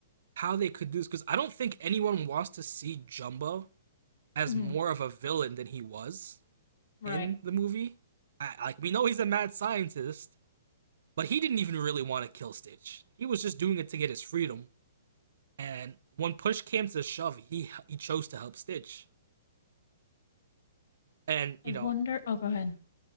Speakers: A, on the right; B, on the left.
A: how they could do this because I don't think anyone wants to see Jumbo as
B: hmm
A: more of a villain than he was
B: Right.
A: in the movie. I, like we know he's a mad scientist, but he didn't even really want to kill Stitch. He was just doing it to get his freedom. And when push came to shove, he he chose to help Stitch. And
B: I
A: you
B: wonder.
A: know,
B: Oh, go ahead.